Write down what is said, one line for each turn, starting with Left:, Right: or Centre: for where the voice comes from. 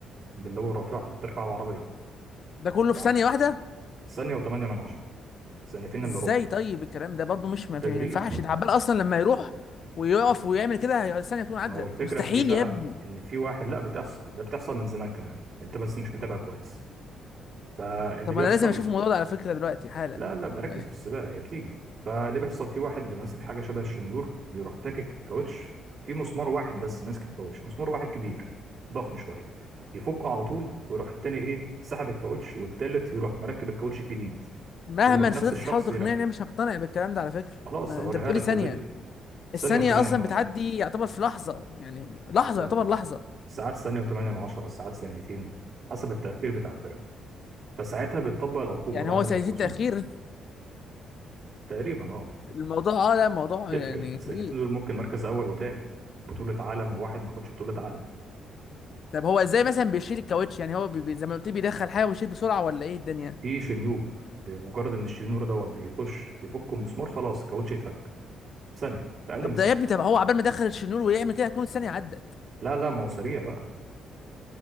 Right: باللي هو الرافعة اللي بترفع العربية
Left: ده كله
Right: معاك
Left: في ثانية واحدة
Right: ثانية وثمانية من عشرة سنتين
Left: ازاي
Right: الا ربع
Left: طيب الكلام ده برضو مش ما
Right: تدريب
Left: في- ما ينفعش ده عبال اصلا لما يروح ويقف ويعمل كده هي- الثانية تكون
Right: ما
Left: عدت
Right: هو الفكره
Left: مستحيل
Right: في ايه بقى
Left: يا ابني
Right: ان في واحد لا بتحصل ده بتحصل من زمان كمان انت بس مش متابع كويس فاللي
Left: طب
Right: بيحصل
Left: ما انا لازم اشوف الموضوع ده على فكرة دلوقتي حالا
Right: لا لا بركز
Left: يعني
Right: في السباق هي بتيجي فاللي بيحصل في واحد بيبقى ماسك حاجه شبه الشنيور بيروح فاكك كاوتش في مسمار واحد بس ماسك الكاوتش مسمار واحد كبير ضخم شويه يفكه على طول ويروح التاني ايه سحب الكاوتش والتالت يروح مركب الكاوتش الجديد
Left: مهما
Right: ويروح
Left: فضلت
Right: نفس الشخص
Left: تحاول تقنعني
Right: يركب
Left: انا مش هقتنع بالكلام ده على فكرة
Right: خلاص
Left: ما
Right: هوريها
Left: انت بتقولي
Right: لك
Left: ثانية
Right: في فيديو ثانيه
Left: الثانية
Right: وثمانيه
Left: اصلا
Right: من عشره
Left: بتعدي يعتبر في لحظة يعني لحظة
Right: لا
Left: يعتبر
Right: لا لا
Left: لحظة
Right: ساعات ثانية وثمانية من عشرة ساعات ثانيتين حسب التأخير بتاع الفرقة فساعتها بتطبق العقوبة
Left: يعني
Right: بعد
Left: هو ثانيتين
Right: ما يخلصوا
Left: تأخير <laughs>
Right: تقريبا اه
Left: الموضوع اه لا موضوع
Right: تفرق
Left: يعني
Right: السنتين
Left: كبير
Right: دول ممكن مركز أول وتاني بطولة عالم وواحد ما ياخدش بطولة عالم
Left: طب هو ازاي مثلا بيشيل الكاوتش يعني هو بي بي- زي ما قلت لي بيدخل حاجه ويشيل بسرعه ولا ايه الدنيا
Right: في شنيور بمجرد إن الشنيور دوت بيخش يفك المسمار خلاص الكاوتش يتفك ثانية في أقل
Left: طب
Right: من ثانية
Left: ده يا ابني طب هو عبال ما دخل الشنور ويعمل كده هتكون الثانيه عدت
Right: لا لا ما هو سريع بقى